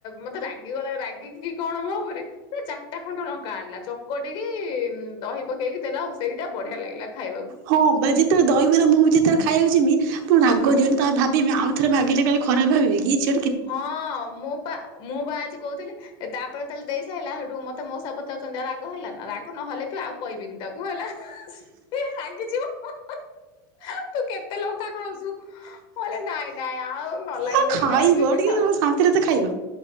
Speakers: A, on the left; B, on the right.
A: ମତେ ରାଗିଗଲା ରାଗି କି କଣ ମୋ ଉପରେ ସେ ଚାରିଟା ଖଣ୍ଡ ଲଙ୍କା ଆଣିଲା ଚକଟିକି ଦହି ପକେଇକି ଦେଲା ଆଉ ସେଇଟା ବଢିଆ ଲାଗିଲା ଖାଇବାକୁ।
B: ହଁ ବା ଯେତେବେଳେ ଦହିବରା ମୁଁ ବି ଯେତେବେଳେ ଖାଇବାକୁ ଜିମି ପୁରା ରାଗ
A: ହଁ
B: ଦିଅନି ତା ଭାବିବି ଆଉଥରେ ମାଗିଲେ କାଳେ ଖରାପ ଭାବିବେ କି ଏଝି
A: ହଁ ମୁଁ ପା ମୁଁ ବା ଆଜି କହୁଥିଲି ତାପରେ ତାହେଲେ ଦେଇ ସାରିଲା ସେଠୁ ମତେ ମଉସା ପଚାରୁଛନ୍ତି ରାଗ ହେଲା ନା ରାଗ ନହେଲେ ବି ଆଉ କହିବିନି ତାକୁ ହେଲା ସିଏ ରାଗିଯିବ। ତୁ କେତେ ଲଙ୍କା ଖାଉଛୁ, ମୁ କହିଲି ନାଇଁ ନାଇଁ ଆଉ ନ ଲାଗିଲେ
B: ଆଉ ଖାଇବ
A: ବି କହିବିନି।
B: ଟିକେ
A: ଥାଉ
B: ଶାନ୍ତିରେ ତ ଖାଇବ।